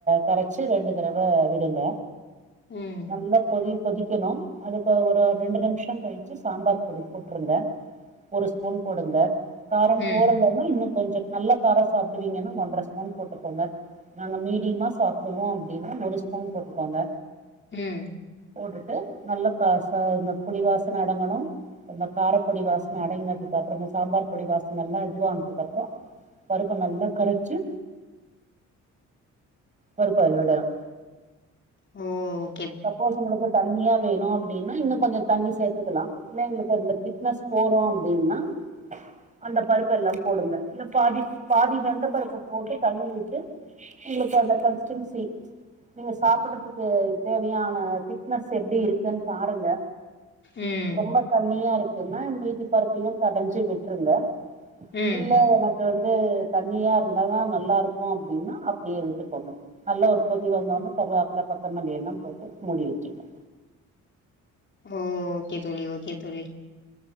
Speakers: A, on the right; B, on the left.
A: கரச்சு ரெண்டு தரவ விடுங்க
B: ம்
A: நல்லா கொதி கொதிக்கணு அதுக்கு ஒரு ரெண்டு நிமிஷம் கழிச்சு சாம்பார் பொடி போட்ருங்க ஒரு ஸ்பூன் போடுங்க காரம்
B: ம்
A: போடலனா இன்னு கொஞ்சோ நல்ல காரம் சாப்டுவீங்கன்னா ஒன்றர ஸ்பூன் போட்டுக்கோங்க நாங்க மீடியமா சாப்டுவோ அப்டின்னா ஒரு ஸ்பூன் போட்டுக்கோங்க
B: ம்
A: போட்டுட்டு நல்ல அ ச இந்த புளி வாசன அடங்கணு இந்த காரப்பொடி வாசன அடங்கினதுக்கு அப்புறமே சாம்பார் பொடி வாசனல்லா இதுவானதுக்கு அப்புறோ பருப்ப நல்லா கரச்சு பருப்ப அதுல விடலா
B: உம்
A: சப்போஸ் உங்களுக்கு தண்ணியா வேணு அப்டின்னா இன்னு கொஞ்சோ தண்ணி சேத்துக்கலா இல்ல எங்களுக்கு அதுல திக்னஸ் போறோ அப்டின்னா அந்த பருப்பெல்லா போடுங்க இல்ல பாதி பாதி வெந்த பருப்ப போட்டு தண்ணி விட்டு உங்ளுக்கு வந்த கன்ஸ்டன்சி நீங்க சாப்புடுறதுக்கு தேவையான திக்னஸ் எப்டி இருக்குன்னு பாருங்க
B: ம்
A: ரொம்ப தண்ணியா இருக்குன்னா மீதி பருப்பயு கடஞ்சு விட்ருங்க
B: ம்
A: இல்ல எனக் கு வந்து தண்ணியா இருந்தாதா நல்லா இருக்கு அப்டின்னா அப்டியே விட்டுக்கோங்க நல்ல ஒரு தி வந்தோன்னே கருவாப்புல கொத்தமல்லி எல்லா போட்டு மூடி வச்சுருங்க
B: உம் ஓகே தோழி ஓகே தோழி